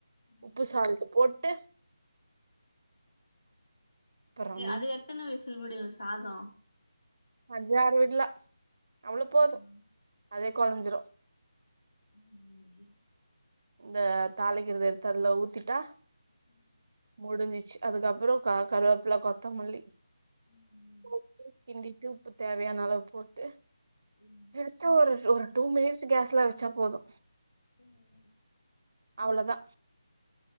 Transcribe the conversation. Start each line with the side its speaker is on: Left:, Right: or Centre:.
Left: ம்.
Right: உப்பு சால்ட் போட்டு அப்பறம்
Left: அது எத்தன விசில்படி சாதோ
Right: அஞ்சு ஆறு விட்ல அவ்ளோ போது
Left: ம்.
Right: அதே கொலஞ்சிடு
Left: உம் உம்
Right: இந்த தாளிக்கிறது எடுத்து அதுல ஊத்திட்டா
Left: உம்
Right: முடிஞ்சிச்சு அதுக்கப்புறோ கா கருவேப்பில்ல கொத்தமல்லி
Left: உம் உம்
Right: போட்டு கிண்டிட்டு உப்பு தேவையான அளவு போட்டு
Left: ம்,
Right: எடுத்து ஒரு ஒரு டூ மினிட்ஸ் கேஸ்ல வச்சா போது
Left: உம்
Right: அவளோதா